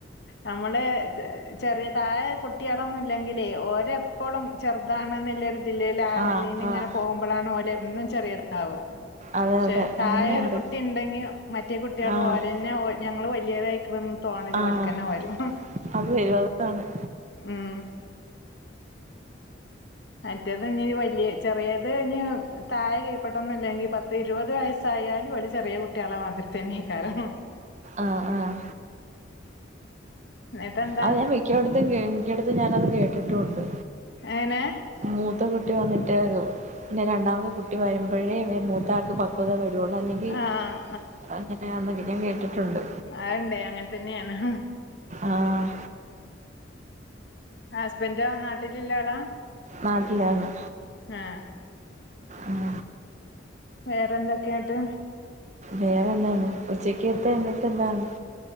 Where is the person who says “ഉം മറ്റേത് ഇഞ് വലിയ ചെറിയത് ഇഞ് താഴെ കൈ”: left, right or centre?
Left